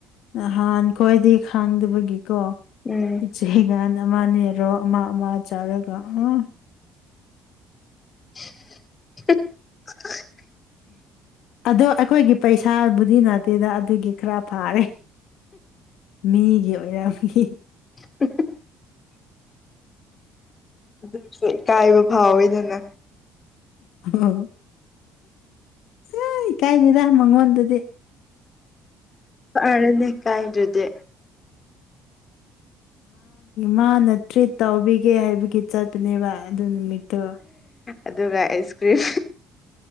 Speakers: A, on the left; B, on the left.
A: ꯅꯍꯥꯟ ꯈ꯭ꯋꯥꯏꯗꯤ ꯈꯥꯡꯗꯕꯒꯤ ꯀꯣ
B: ꯎꯝ
A: ꯏꯆꯦꯒꯥꯟ ꯑꯃꯅꯦꯔꯣ ꯑꯃ ꯑꯃ ꯆꯥꯔꯒ ꯑ
B: <unintelligible>
A: ꯑꯗꯣ ꯑꯩꯈꯣꯏꯒꯤ ꯄꯩꯁꯥꯕꯨꯗꯤ ꯅꯠꯇꯦꯗ ꯑꯗꯨꯒꯤ ꯈꯔ ꯐꯥꯔꯦ ꯃꯤꯒꯤ ꯑꯣꯏꯔꯒꯤ
B: <unintelligible> ꯑꯗꯨꯁꯨ ꯏꯀꯥꯏꯕ ꯐꯥꯎꯋꯦꯗꯅ
A: ꯑꯣ ꯁ ꯏ ꯀꯥꯏꯗꯔ ꯃꯪꯋꯥꯟꯗꯗꯤꯦ
B: ꯑꯔꯅꯅꯤ ꯀꯥꯏꯔꯗꯦ
A: ꯃꯥꯅ ꯇ꯭ꯔꯤꯠ ꯇꯧꯕꯤꯒꯦ ꯍꯥꯏꯕꯒꯤ ꯆꯠ ꯑꯗꯨꯅꯦꯕ ꯑꯗꯨ ꯅꯨꯃꯤꯠꯇꯣ
B: ꯑꯗꯨꯒ ꯑꯩꯁ ꯀ꯭ꯔꯤꯝ